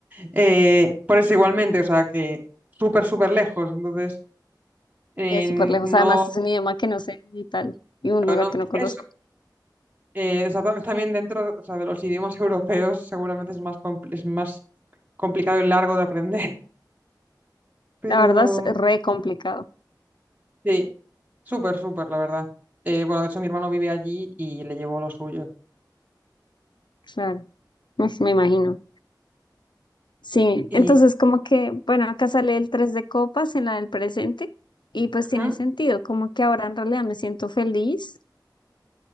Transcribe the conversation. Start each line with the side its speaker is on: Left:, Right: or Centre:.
Right: Eh, por eso igualmente, o sea que súper, súper lejos, entonces eh,
Left: Es súper lejos.
Right: no,
Left: Además, es un idioma que no sé y tal, y un lugar
Right: no,
Left: que
Right: por
Left: no conozco.
Right: eso. eh, o sea, tam- también dentro, o sea, de los idiomas <laughs> europeos seguramente es más, compl- es más complicado y largo de aprender. Pero
Left: La verdad es re complicado.
Right: sí, súper, súper, la verdad. Eh, bueno, de hecho mi hermano vive allí y le llevó lo suyo.
Left: Claro, pues, me imagino. Sí,
Right: Y,
Left: entonces como que, bueno, acá sale el 3 de copas en la del presente y pues tiene
Right: Ujú,
Left: sentido, como que ahora en realidad me siento feliz